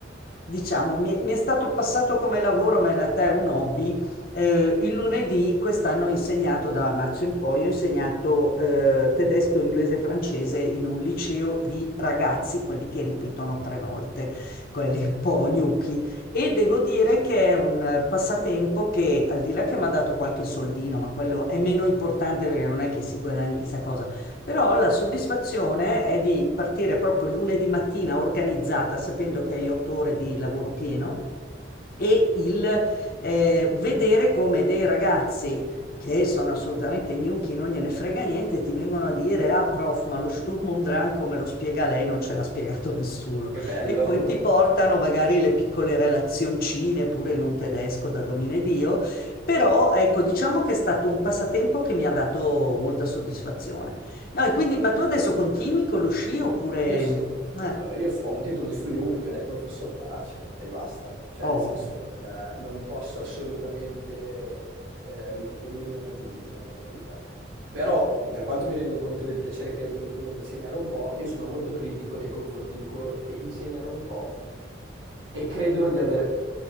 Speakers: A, on the left; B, on the right.
A: diciamo, mi, mi è stato passato come lavoro, ma in realtà è un hobby. Eh, il lunedì quest'anno ho insegnato, da marzo in poi, ho insegnato eh, tedesco, inglese e francese in un liceo di ragazzi, quelli che ripetono tre volte, quelli un po' gnocchi. E devo dire che è un eh, passatempo che, al di là che mi ha dato qualche soldino, ma quello è meno importante perché non è che si guadagni chissà cosa. Però la soddisfazione è di partire proprio il lunedì mattina organizzata, sapendo che hai otto ore di lavoro pieno e il eh, vedere come dei ragazzi che sono assolutamente gnocchi, non gliene frega niente, ti vengono a dire, ah prof, ma lo Sturm und Drang come lo spiega lei non ce l'ha spiegato <laughs> nessuno.
B: Che bello!
A: E poi ti portano magari le piccole relazioncine pure in un tedesco
B: <laughs>
A: da domine Dio, però ecco, diciamo che è stato un passatempo che mi ha dato molta soddisfazione. No, e quindi, ma tu adesso continui con lo sci oppure...
B: Io sì, no,
A: Eh,
B: allora io ho un titolo di studio unico ed è professor Farace e basta, cioè
A: oh,
B: nel senso non, eh, non posso assolutamente eh, riferirmi ad altri titoli nella mia vita. Però per quanto mi rendo conto del piacere che hai avuto tu nell'insegnare un po', io sono molto critico nei confronti di coloro che insegnano un po' e credono di avere